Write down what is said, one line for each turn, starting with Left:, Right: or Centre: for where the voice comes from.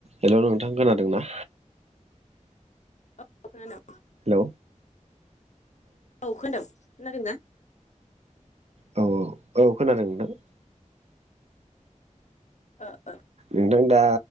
Right: हेल' नोंथां खोनादों ना
Left: औ खोनादों
Right: हेलौ
Left: औ खोनादों खोनादोंना
Right: औ औ औ खोनादों नोंथां
Left: ओ ओ
Right: नोंथां दा